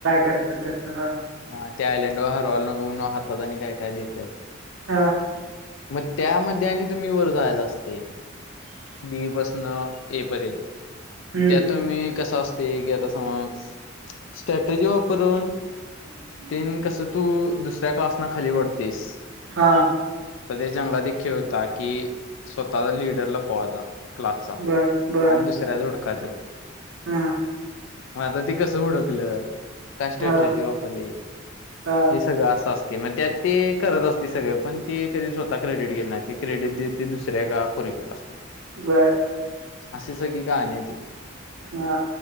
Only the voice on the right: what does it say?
करत्या तसं हा.
हा
हम्म
हो
हा
बर बर
हा
हा
हा
बर
हा